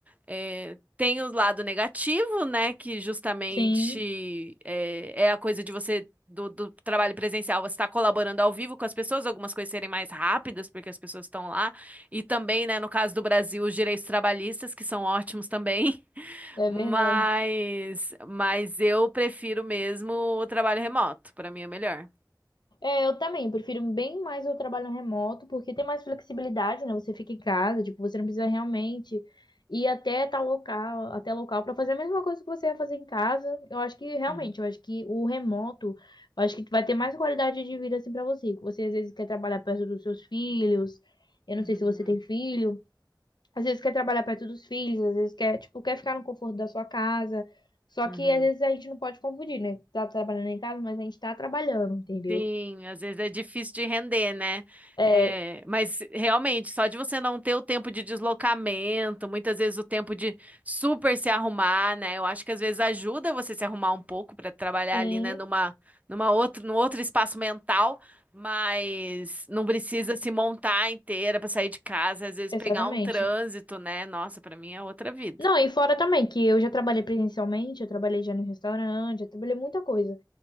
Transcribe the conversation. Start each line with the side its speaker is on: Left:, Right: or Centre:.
Right: É, tem o lado negativo, né? Que justamente
Left: Sim,
Right: é, é a coisa de você, do, do trabalho presencial, você está colaborando ao vivo com as pessoas, algumas coisas serem mais rápidas, porque as pessoas estão lá. E também, né, no caso do Brasil, os direitos trabalhistas, que são ótimos também. <laughs>
Left: é
Right: Mas,
Left: verdade.
Right: mas eu prefiro mesmo o trabalho remoto. Para mim é melhor.
Left: É, eu também, eu prefiro bem mais o trabalho remoto, porque tem mais flexibilidade, né? Você fica em casa, tipo, você não precisa realmente ir até tal local, até local para fazer a mesma coisa que você ia fazer em casa. Eu acho que realmente,
Right: Uhum,
Left: eu acho que o remoto, eu acho que vai ter mais qualidade de vida assim para você. que Você às vezes quer trabalhar perto dos seus filhos. Eu
Right: uhum,
Left: não sei se você tem filho. Às vezes quer trabalhar perto dos filhos, às vezes quer, tipo, quer ficar no conforto da sua casa. Só
Right: uhum.
Left: que às vezes a gente não pode confundir, né? Tá trabalhando em casa, mas a gente tá trabalhando, entendeu?
Right: Sim, às vezes é difícil de render, né?
Left: É
Right: É, mas realmente, só de você não ter o tempo de deslocamento, muitas vezes o tempo de super se arrumar, né? Eu acho que às vezes ajuda você se arrumar um pouco para trabalhar
Left: Sim,
Right: ali, né, numa, numa outro, num outro espaço mental, mas não precisa se montar inteira para sair de casa, às vezes
Left: exatamente.
Right: pegar um trânsito, né? Nossa, para mim é outra vida.
Left: Não, e fora também, que eu já trabalhei presencialmente, eu trabalhei já no restaurante, eu trabalhei muita coisa.